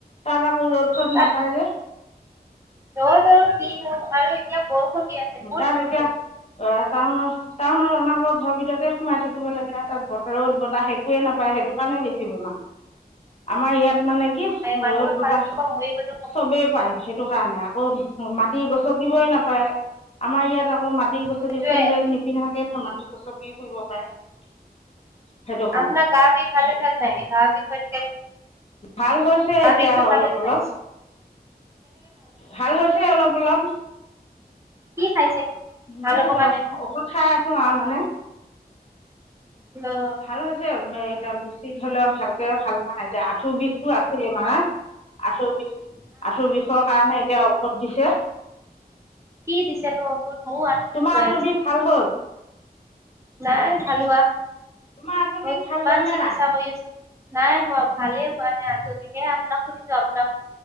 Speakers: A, on the left; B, on the right.
A: তাত আকৌ ৰ'দ চদ
B: তাত
A: নাপায় যে।
B: ৰদ আৰু কিনো আৰু এতিয়া বৰষুণ দি আছে বহুত
A: তাত
B: বৰষুণ
A: এতিয়া আহ টাউনৰ টাউনত অনাবৰতে ঘৰৰ ভিতৰতে সোমাই থাকিব লাগে তাত বতৰত বতাহ একোৱে নাপায় সেইটো কাৰণে বেছি বেমাৰ আমাৰ ইয়াত মানে কি
B: মানুহৰ
A: ৰ'দ বতাহ
B: কাৰো কোনোবা মৰি গ'লেও ক'ব
A: চবেই পায় সেইটো কাৰণে আকৌ মাটি গছকিবই নাপায়। আমাৰ ইয়াত আকৌ মাটি গছকি
B: সেইটোৱে
A: চেন্দেল নিপিন্ধাকে মাটি গছকিও ফুৰিব পাৰে সেইটো কাৰণে।
B: আপোনাৰ গা বিষ ভাল হৈছে নে নাই গা বিষ হৈ থাকে
A: ভাল হৈছে
B: গা
A: এতিয়া
B: বিষটো ভাল
A: অলপ
B: হৈছে
A: অলপ
B: নাই
A: ভাল হৈছে অলপ অলপ।
B: কি খাইছে?
A: নহয়
B: ভাল হ'ব
A: দহ
B: কাৰণে
A: ঔষধ খাই আছো আৰু মানে।
B: অ
A: ভাল হৈছে এতিয়া বেছি ধৰিলেও ভালকে ভাল মানে এতিয়া আঁঠুৰ বিষটো আছে মানে আঁঠু বিষ আঁঠু বিষৰ কাৰণে এতিয়া ঔষধ দিছে।
B: কি দিছে নো বকুত ময়ো আঠু বিষ
A: তোমাৰ
B: হৈ
A: আঁঠুৰ
B: আছে।
A: বিষ ভাল হ'ল
B: নাই ভাল হোৱা।
A: তোমাৰ আঁঠু
B: মই
A: বিষ
B: কিমান
A: ভাল হল নে
B: চিকিৎসা
A: নাই?
B: কৰি আছো নাই হোৱা ভালেই হোৱা নাই আঁঠু বিষ হে আপোনাক সুধিছো আপোনাক